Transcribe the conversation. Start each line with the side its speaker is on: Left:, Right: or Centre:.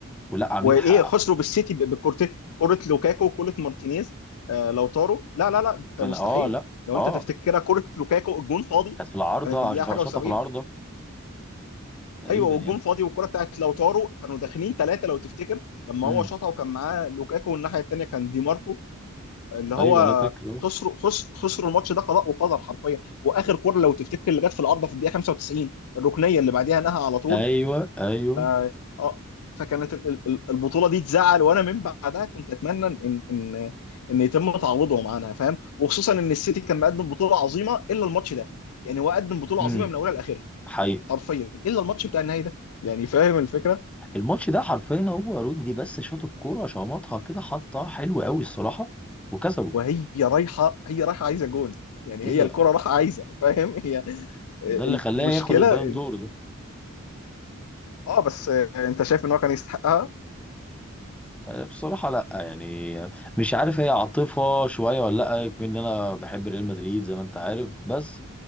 Centre: ولا عاملين
Left: وايه
Centre: حق
Left: خسروا بالسيتي ب- بكورتين كرة لوكاكو وكرة مارتينيز آه لو طاروا لا لا لا
Centre: كان
Left: ده مستحيل
Centre: اه لا
Left: لو
Centre: اه
Left: انت تفتكرها كرة لوكاكو الجون فاضي
Centre: كانت في العارضه
Left: كانت في الدقيقة
Centre: عش-
Left: حاجة
Centre: شاطه
Left: و70
Centre: في العارضه تقريبا
Left: ايوه والجون
Centre: يعني
Left: فاضي والكرة بتاعت لو طاروا كانوا داخلين ثلاثة لو تفتكر لما
Centre: امم
Left: هو شاطها وكان معاه لوكاكو والناحية الثانية كان دي ماركو اللي هو
Centre: ايوه انا فاكر آه.
Left: خسروا خس- خسروا الماتش ده قضاء وقدر حرفيا واخر كوره لو تفتكر اللي جت في العارضه في الدقيقه 95 الركنيه اللي بعديها نهى على طول
Centre: ايوه ايوه
Left: اه آه. فكانت ال- ال- ال- البطوله دي تزعل وانا من بعدها كنت اتمنى ان ان ان يتم تعويضهم عنها فاهم وخصوصا ان السيتي كان مقدم بطوله عظيمه الا الماتش ده يعني هو قدم بطوله
Centre: امم
Left: عظيمه من اولها لاخرها
Centre: حقيقة
Left: حرفيا الا الماتش بتاع النهائي ده يعني فاهم الفكره
Centre: الماتش ده حرفيا هو رودري بس شاط الكوره شمطها كده حطها حلو قوي الصراحه وكسبوا
Left: وهي رايحه هي رايحه عايزه جون يعني
Centre: هي
Left: هي الكره رايحه عايزه فاهم هي آه،
Centre: ده اللي خلاه
Left: المشكله
Centre: ياخد البالون دور ده
Left: اه بس آه، انت شايف ان هو كان يستحقها
Centre: بصراحة لا يعني مش عارف هي عاطفة شوية ولا لا يكون ان انا بحب ريال مدريد زي ما انت عارف بس